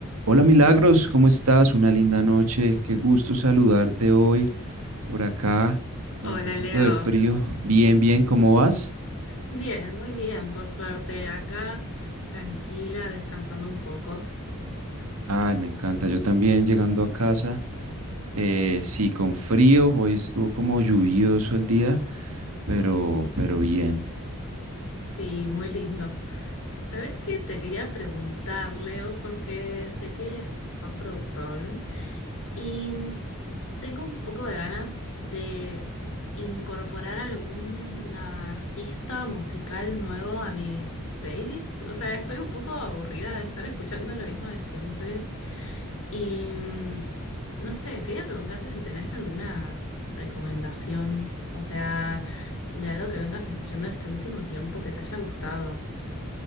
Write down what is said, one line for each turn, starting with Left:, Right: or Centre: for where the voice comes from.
Right: Hola Milagros, ¿cómo estás? Una linda noche, qué gusto saludarte hoy por acá con
Left: Hola
Right: un poquito
Left: Leo.
Right: de frío. Bien, bien, ¿cómo vas?
Left: Bien, muy bien, por suerte. Acá tranquila, descansando un poco.
Right: Ay, me encanta, yo también llegando a casa, eh, sí, con frío, hoy estuvo como lluvioso el día, pero, pero bien.
Left: Sí, muy lindo. ¿Sabes qué? Te quería preguntar, Leo, porque sé que sos productor y tengo un poco de ganas de incorporar algún artista musical nuevo a mi playlist. O sea, estoy un poco aburrida de estar escuchando lo mismo de siempre. Y mm, no sé, quería preguntarte si tenés alguna recomendación, o sea, de algo que vengas escuchando este último tiempo que te haya gustado.